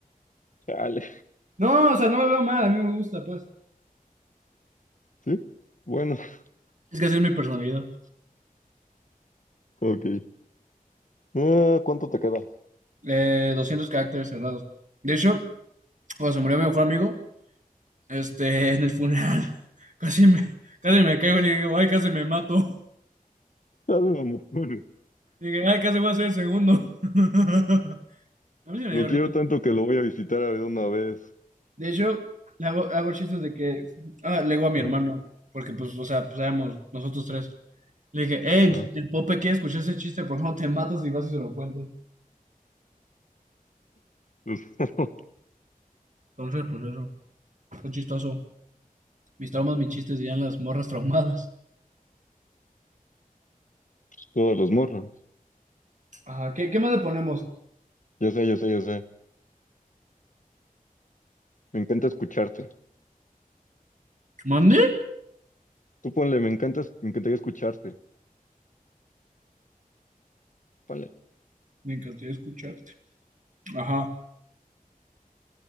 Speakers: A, on the left; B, on the right.
A: Chale.
B: No, o sea, no me veo mal, a mí me gusta, pues.
A: ¿Sí? Bueno, <laughs>
B: Es que así es mi personalidad.
A: ok. Ah, ¿cuánto te queda? <laughs>
B: Eh, 200 caracteres cerrados. De hecho, cuando se murió mi mejor amigo, este, en el funeral, <laughs> casi me, casi me caigo y le digo, ay, casi me mato.
A: Ah, no, amor.
B: Dije, ay, casi voy a ser el segundo. <laughs> A mí sí me
A: Lo
B: dio
A: quiero
B: risa.
A: tanto que lo voy a visitar a ver una vez.
B: De hecho, le hago, hago chistes de que ah, le digo a mi
A: Ajá,
B: hermano, porque pues, o sea, pues éramos nosotros tres. Le dije, hey,
A: ajá.
B: el Pope quiere escuchar ese chiste, por favor, te matas y vas y se lo cuentas.
A: <laughs>
B: Entonces, pues eso, fue chistoso. Mis traumas, mis chistes, dirían las morras traumadas.
A: Todos los morros.
B: Ajá, ¿qué, qué más le ponemos?
A: Yo sé, yo sé, yo sé. Me encanta escucharte.
B: ¿Mande?
A: Tú ponle, me encantas, me encantaría escucharte. Ponle.
B: Me encantaría escucharte. Ajá,